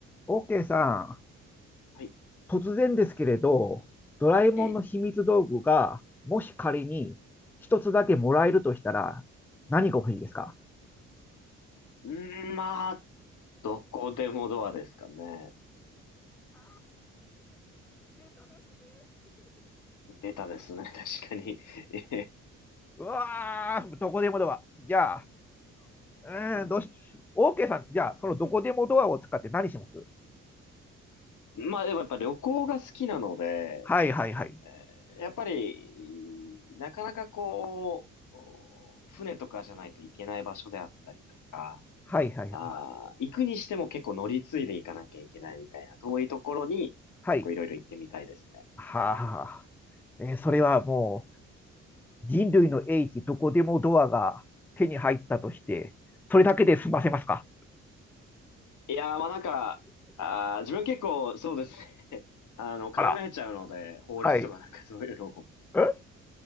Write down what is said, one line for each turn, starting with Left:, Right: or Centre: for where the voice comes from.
Centre: OK さ
Left: はい。
Centre: ん、突然ですけれど、ドラえもんの秘密道具が、
Left: ええ。
Centre: もし仮に一つだけもらえるとしたら、何が欲しいですか
Left: うーん、まあ、どこでもドアですかね。ベタですね、<laughs> 確かに。ええ
Centre: うわー、どこでもドア。じゃあ、うーん、どうし、OK さん、じゃあ、そのどこでもドアを使って何します
Left: まあ、でもやっぱ旅行が好きなので、
Centre: はいはいはい。
Left: えーやっぱり、なかなかこう、船とかじゃないといけない場所であったりとか、
Centre: はいはいはい。
Left: あー、行くにしても結構乗り継いで行かなきゃいけないみたいな、遠いところに結構いろいろ行ってみたいですね。
Centre: はい。はあ、えーそれはもう、人類の英知、どこでもドアが手に入ったとして、それだけで済ませますか
Left: いやー、まあなんか、あー、自分結構そうですね <laughs> あの、考えちゃうので、
Centre: あら、
Left: 法律とかなんかそういうのを、
Centre: はい。え